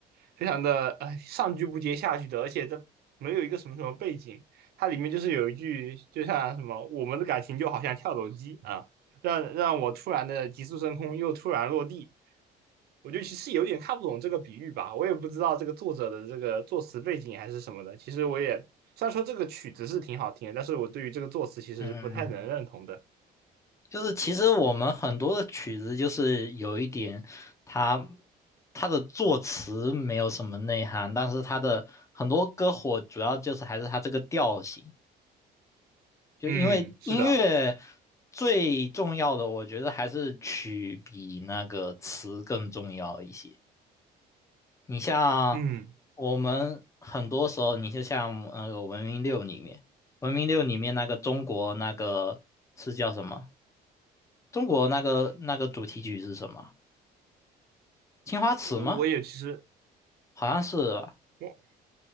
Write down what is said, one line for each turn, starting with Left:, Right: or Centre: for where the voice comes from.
Right: 非常的，哎，上句不接下句的，而且这没有一个什么什么背景，它里面就是有一句，就像什么，我们的感情就好像跳楼机啊。让让我突然的急速升空，又突然落地。我就其实有点看不懂这个比喻吧，我也不知道这个作者的这个作词背景还是什么的。其实我也虽然说这个曲子是挺好听的，但是我对于这个作词其实是不太能认同的。
Left: 嗯，就是其实我们很多的曲子，就是有一点它它的作词没有什么内涵，但是它的很多歌火主要就是还是它这个调性，就因为音乐
Right: 嗯，是的，
Left: 最重要的，我觉得还是曲比那个词更重要一些。你像
Right: 嗯，
Left: 我们很多时候，你就像那个《文明六》里面，《文明六》里面那个中国那个是叫什么？中国那个那个主题曲是什么？青花瓷吗？
Right: 我我也其实
Left: 好像是吧。
Right: 我